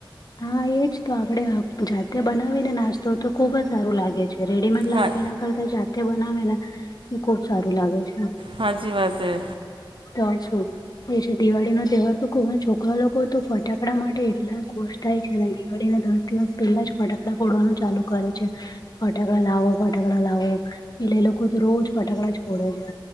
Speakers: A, on the left; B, on the right.
A: હા એજ તો આપડે જાતે બનાવીને નાસ્તો તો ખુબ જ સારું લાગે છે. રેડીમેડ લાવી
B: હા
A: એના કરતા જાતે બનાવે ને. એ ખુબ સારું લાગે છે.
B: સાચી વાત હે
A: તો શું, એ છે દિવાળી નો તહેવાર તો છોકરા લોકો તો ફટાકડા માટે એટલા કો થાય છે અને દિવાળીને દસ દિવસ પહેલા જ ફટાકડા ફોડવાનું ચાલુ કરે છે, ફટાકડા લાવો. ફટાકડા લાવો, એટલે એ લોકો તો રોજ ફટાકડા જ ફોડે છે.